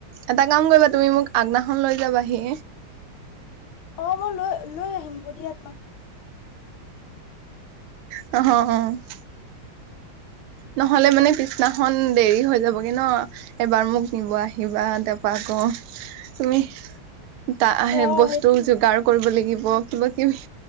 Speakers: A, on the right; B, on the left.
A: এটা কাম কৰিবা, তুমি মোক আগদিনাখন লৈ যাবাহি।
B: হ'ব মই লৈ, লৈ আহিম। <unintelligible>
A: অ', অ', অ', নহ'লে মানে পিছদিনাখন দেৰি হৈ যাবহি ন। এবাৰ মোক নিব আহিবা, তাৰপৰা আকৌ তুমি তা আহে,
B: অ
A: বস্তুও
B: সেইটো
A: যোগাৰ কৰিব লাগিব, কিবা কিবি।